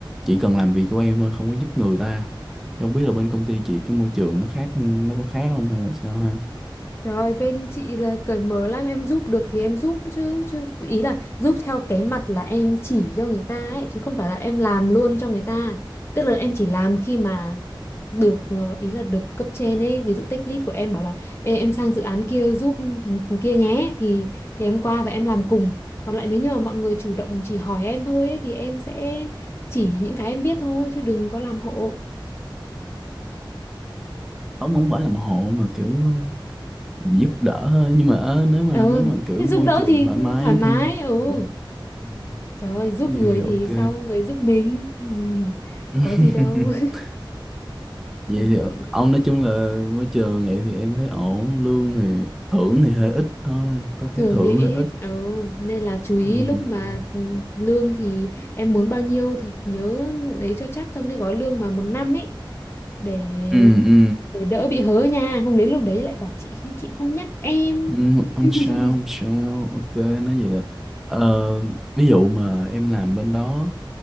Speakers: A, in the centre; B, on the left.
A: chỉ cần làm việc của em thôi không có giúp người ta thì không biết là bên công ty chị cái môi trường nó khác nó có khác không hay là sao ha
B: Trời bên chị là cởi mở lắm, em giúp được thì em giúp chứ chứ ý là giúp theo cái mặt là em chỉ cho người ta ấy chứ không phải là em làm luôn cho người ta. Tức là em chỉ làm khi mà được ờ, ý là được cấp trên ấy, ví dụ tech lead của em bảo là Ê, em sang dự án kia giúp thằng kia nhé thì thì em qua và em làm cùng. Còn lại nếu như mà mọi người chủ động chỉ hỏi em thôi ấy, thì em sẽ chỉ những cái em biết thôi chứ đừng có làm hộ.
A: không không phải làm hộ mà kiểu ờ, mình giúp đỡ thôi nhưng mà ờ, nếu mà
B: Ừ,
A: nếu mà kiểu
B: thế giúp
A: môi
B: đỡ
A: trường
B: thì,
A: thoải
B: thì
A: mái
B: thoải mái.
A: thân thiện
B: Ừ.
A: thì ok. Ừm,
B: Trời ơi, giúp
A: cái
B: người
A: gì thì ok
B: thì sau người giúp mình. Ừ,
A: <laughs>
B: Có gì đâu.
A: vậy
B: <laughs>
A: thì ờ, ông nói chung là môi trường vậy thì em thấy ổn lương thì thưởng thì hơi ít thôi có
B: Thường
A: cái thưởng
B: thì ít,
A: hơi ít
B: ừ, nên là chú ý
A: ừ
B: lúc mà ừ, lương thì em muốn bao nhiêu thì nhớ lấy cho chắc trong cái gói lương mà một năm ấy để
A: ừ ừ
B: để đỡ bị hớ nha. Không đến lúc đấy lại bảo chị chị không nhắc em.
A: Ừ,
B: <laughs>
A: không sao không sao ok nói vậy là ờ, ví dụ mà em làm bên đó